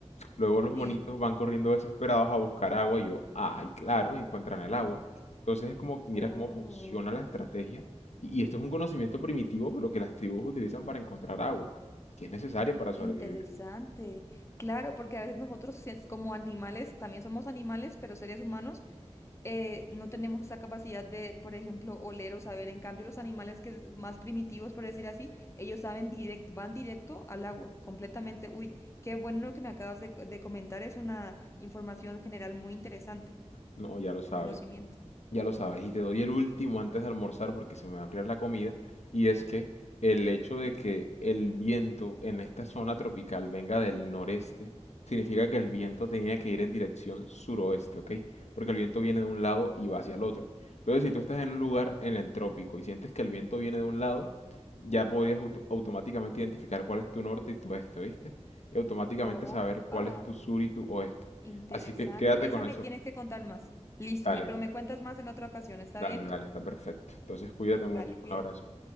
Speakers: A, on the left (about 75°); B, on the left (about 25°).
A: Luego los monitos
B: Sí.
A: van corriendo desesperados a buscar agua y yo, ay, claro, encuentran el agua. Entonces es como, mira
B: Oh.
A: cómo funciona la estrategia. Y, y esto es un conocimiento primitivo, pero que las tribus utilizan para encontrar agua, que es necesaria para sobrevivir.
B: Interesante, claro, porque a veces nosotros si es como animales, también somos animales, pero seres humanos, eh, no tenemos esa capacidad de, por ejemplo, oler o saber. En cambio, los animales que es más primitivos, por decir así, ellos saben directo, van directo al agua, completamente. Uy, qué bueno lo que me acabas de, de comentar, es una información general muy interesante,
A: No, ya lo sabes.
B: conocimiento.
A: Ya lo sabes, y te doy el último antes de almorzar porque se me va a enfriar la comida, y es que el hecho de que el viento en esta zona tropical venga del noreste, significa que el viento tenía que ir en dirección suroeste, ¿ok? Porque el viento viene de un lado y va hacia el otro. Entonces, si tú estás en un lugar en el trópico y sientes que el viento viene de un lado, ya podrías auto- automáticamente identificar cuál es tu norte y tu este, ¿oíste? Y automáticamente
B: Opa,
A: saber cuál es Ah, tu sur y tu oeste.
B: interesante.
A: Así que quédate
B: Esa
A: con
B: me
A: eso.
B: tienes que contar más. Listo,
A: Dale.
B: me, pero me cuentas más en otra ocasión, ¿está
A: Dale,
B: bien?
A: dale, está perfecto. Entonces cuídate mucho.
B: Vale, cuídate.
A: Un abrazo.